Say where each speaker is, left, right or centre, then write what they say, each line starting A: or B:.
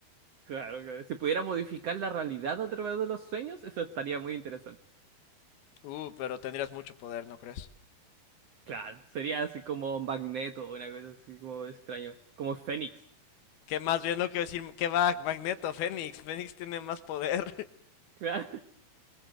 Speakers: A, on the right; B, on the left.
A: Claro, claro. Si pudiera modificar la realidad a través de los sueños, eso estaría muy interesante.
B: Uh, pero tendrías mucho poder, ¿no crees?
A: Claro, sería así como Magneto, una cosa así como extraño, como Fénix. <laughs>
B: Que más bien lo que decir, que va, Magneto, Fénix, Fénix tiene más poder.
A: Claro.